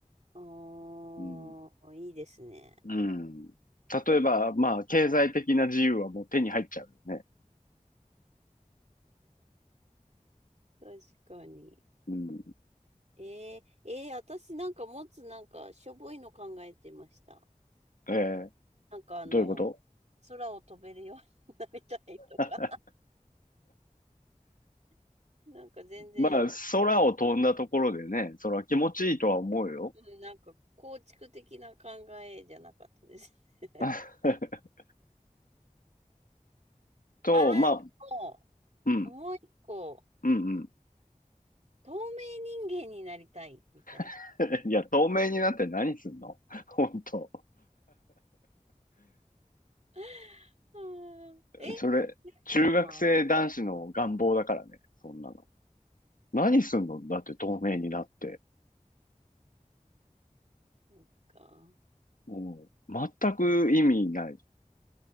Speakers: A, on the right; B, on the left.
A: ああ、
B: うん。
A: いいですね。
B: うん。例えば、まあ、経済的な自由はもう手に入っちゃうよね。
A: 確かに。
B: うん。
A: ええええ私なんかもつなんかしょぼいの考えてました。
B: えー、
A: なんかあの、
B: どういうこと
A: 空を飛べるようになりたいとか、
B: <laughs>
A: <laughs> なんか全然、
B: まあ、空を飛んだところでね、それは気持ちいいとは思うよ。
A: うんなんか構築的な考えじゃなかったです。<laughs>
B: <laughs> と、
A: ああ、
B: まあ、
A: でも、
B: うん、
A: もう一個、
B: うん、うん。
A: 透明人間になりたい、みたいな。
B: <laughs> いや、透明になって何すんの <laughs> 本当。
A: <laughs> うんえ、
B: それ、中学生男子の願望だからね、
A: まあ、
B: そんなの。何すんのだって透明になって。
A: そっか。
B: うん、全く意味ない。<laughs>